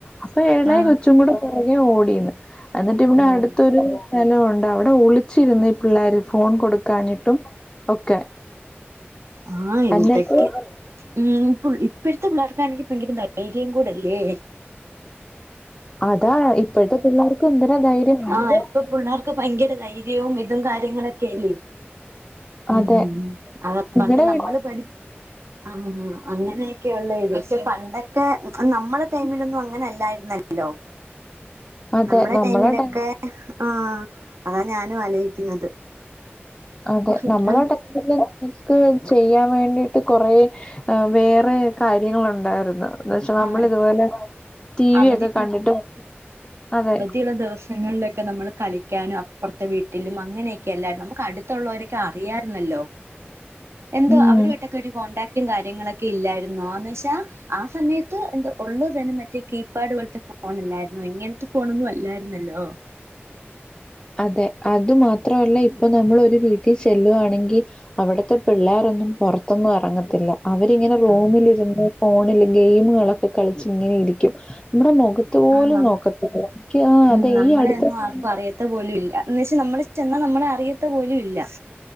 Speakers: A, on the left (about 20°); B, on the right (about 85°).
A: അപ്പൊ ഇളയ
B: ആഹ്
A: കൊച്ചും കൂടെ പുറകെ ഓടിന്ന്. എന്നിട്ട് ഇവിടെ
B: ഓഹ്
A: അടുത്തൊരു സ്ഥലമുണ്ട് അവിടെ ഒളിച്ചിരുന്ന് ഈ പിള്ളേറ്. ഫോൺ കൊടുക്കഞ്ഞിട്ടും ഒക്കെ.
B: ആ എന്തൊക്കെ
A: എന്നിട്ട് ആഹ്.
B: ഉം ഇപ്പോഴത്തെ പിള്ളേർക്ക് ആണെങ്കി ഭയങ്കര ധൈര്യം കൂടല്ലേ.
A: അതാ ഇ ഇപ്പോഴത്തെ പിള്ളേർക്ക്. എന്തിനാ ധൈര്യം ആരും
B: ആഹ് ഇപ്പ പിള്ളേർക്ക് ഭയങ്കര ധൈര്യവും ഇതും കാര്യങ്ങളൊക്കെല്ലേ ഉം
A: അതെ
B: അത
A: നിങ്ങടെ
B: പണ്ട്
A: വീ
B: നമ്മള് പഠി ആഹ് അങ്ങനെ. ക്കെയുള്ള ഇത് പക്ഷെ പണ്ടൊക്കെ നമ്മളെ ടൈമിലൊന്നും അങ്ങനെ അല്ലായിരുന്നല്ലോ.
A: അതെ
B: നമ്മളെ ടൈമിലൊക്കെ
A: ടൈ
B: ആ അതാ ഞാനും ആലോചിക്കുന്നത്.
A: അതെ
B: ഇപ്പം
A: നമ്മള് അടക്കില്ലേ. നിക്ക് ചെയ്യാൻ വേണ്ടിട്ട് കുറെ വേറെ കാര്യങ്ങളുണ്ടായിരുന്നു. എന്ന് വച്ച നമ്മള്
B: ആഹ്
A: ഇതുപോലെ ടി വി
B: അവധി
A: ഒക്കെ കണ്ടിട്ട് അതെ.
B: ചില ദിവസ പ്രദേശങ്ങളിലൊക്കെ നമ്മള് കളിക്കാനും അപ്പുറത്തെ വീട്ടിലും അങ്ങനെയൊക്കെ അല്ലേ നമുക്ക് അടുത്തുള്ളവരൊക്കെ അറിയായിരുന്നല്ലോ. എന്തോ
A: ഉം
B: അവരുമായിട്ടൊക്കെ ഒരു കോൺടാക്ടും കാര്യങ്ങളൊക്കെ ഇല്ലായിരുന്നോ, ആന്ന് വെച്ചാ ആ സമയത്ത്. അത് എന്തോ ഉള്ളത് തന്നെ മറ്റേ കീപാഡ് പോലത്തെ ഫോൺ അല്ലായിരുന്നോ ഇങ്ങനത്തെ ഫോണൊന്നും അല്ലായിരുന്നല്ലോ.
A: അതെ അത് മാത്രല്ല ഇപ്പൊ നമ്മള് ഒരു വീട്ടിൽ ചെല്ലുവാണെങ്കിൽ. അവിടത്തെ പിള്ളോരൊന്നും പുറത്തൊന്നും ഇറങ്ങത്തില്ല. അവരിങ്ങനെ റൂമിലിരുന്ന്
B: ആഹ്
A: ഫോണിൽ ഗെയിമുകളൊക്കെ കളിച്ച് ഇങ്ങനെ ഇരിക്കും. നമ്മുടെ മുഖ മുഖത്ത് പോലും
B: നമ്മ
A: നോക്കത്തില്ല. എനിക്ക് ആ
B: ഉം
A: അതെ
B: നമ്മളെ
A: ഈ അടുത്ത
B: ഒന്നും
A: സമയത്ത്.
B: ആർക്കും അറിയത്ത പോലും ഇല്ല എന്ന് വെച്ചാൽ നമ്മള് ചെന്നാൽ നമ്മളെ അറിയാത്ത പോലും ഇല്ല.